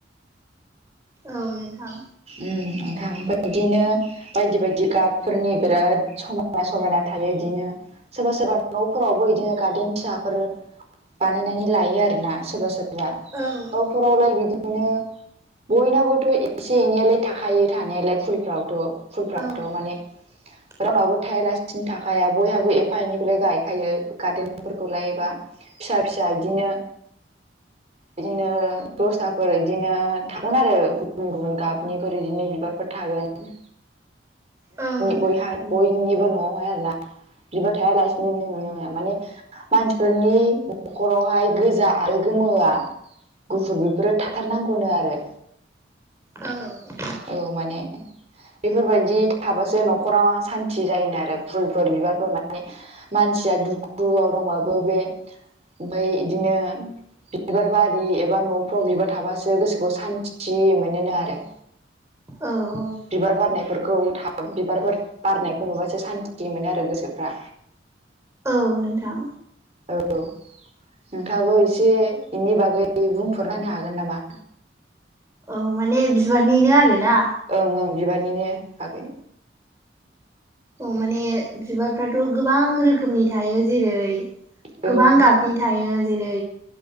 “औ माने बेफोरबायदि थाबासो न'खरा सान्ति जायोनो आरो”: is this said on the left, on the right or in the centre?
Right